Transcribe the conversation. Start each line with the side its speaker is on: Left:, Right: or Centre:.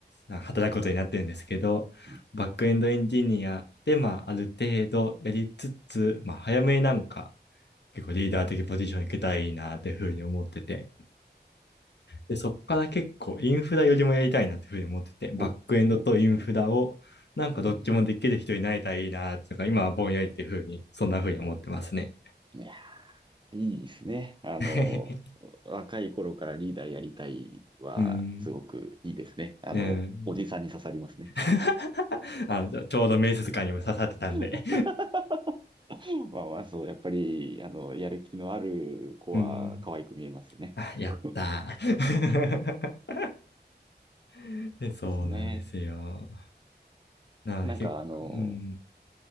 Left: あ働くことになってるんですけど、
Right: うん
Left: バックエンドエンジニアで、まあ、ある程度やりつつ、まあ、早めになんか、結構リーダー的ポジションに行けたらいいなっていうふうに思ってて。で、そっから結構インフラよりもやりたいなっていうふうに思ってて、バックエンドとインフラをなんかどっちもできる人になれたらいいなとか、
Right: おう、うんうんうんうん
Left: 今はぼんやりっていうふうに、そんなふうに思ってますね。
Right: うんいやー、いいですね。あの、
Left: <laughs>
Right: 若い頃からリーダーやりたいは、
Left: うーん。
Right: すごくいいですね。あの、
Left: うーん。
Right: おじさんに刺さりますね。
Left: <laughs> あのちょうど面接官にも刺さってたんで
Right: <laughs> <laughs> まあまあ、そう、やっぱり、あの、やる気のある子は可愛く見えますね。
Left: <laughs> うーん。<laughs> あ、
Right: <laughs>
Left: やったー <laughs> でそうなんですよ。
Right: そうですね。
Left: なので結構、
Right: なんか、あの、
Left: うん。